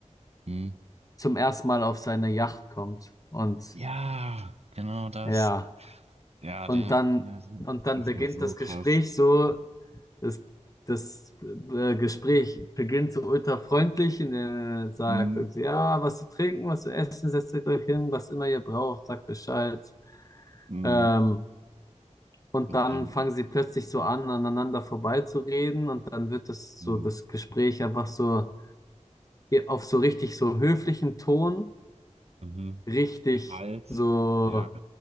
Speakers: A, on the right (about 55°); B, on the left (about 30°).
A: Mhm.
B: zum ersten Mal auf seine Yacht kommt und
A: Ja, genau das.
B: ja.
A: Ja,
B: Und
A: der,
B: dann,
A: der,
B: und dann
A: das
B: beginnt
A: war so
B: das
A: krass.
B: Gespräch so, das, das äh, Gespräch beginnt so ultra freundlich und er sagt,
A: Mhm.
B: irgendwie, ja, was zu trinken, was zu essen, setzt euch euch hin, was immer ihr braucht, sagt Bescheid.
A: Mhm.
B: Ähm, und
A: Und
B: dann
A: dann
B: fangen sie plötzlich so an, aneinander vorbeizureden und dann wird das
A: mhm.
B: so, das Gespräch einfach so auf so richtig so höflichen Ton,
A: Mhm.
B: richtig
A: kalt.
B: so
A: Ja.